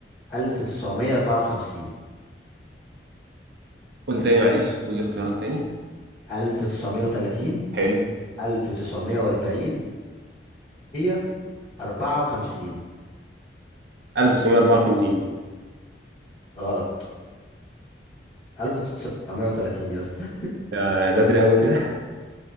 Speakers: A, on the left; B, on the right.
A: 1954
B: قول تاني معلش قول لي اختيارات تاني
A: 1930
B: حلو
A: 1940 1954
B: 1954
A: غلط 1930 يا اسطى
B: آه بدري قوي كده <laughs>